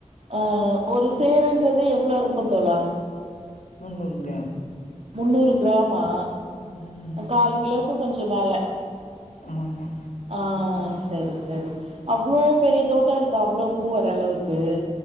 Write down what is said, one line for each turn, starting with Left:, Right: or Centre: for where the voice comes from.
Right: அ ஒரு சேருன்றது எவ்ளோ இருக்கு தோழா
Left: முன்னூறு கிராம்
Right: முன்னூறு கிராம் மா
Left: ம்
Right: கால் கிலோவுக்கு கொஞ்சோ மேல
Left: ஆமாமா
Right: ஆ செரி செரி அவ்ளோ பெரிய தோட்டோ இருக்கா அவ்ளோ பூ வர அளவுக்கு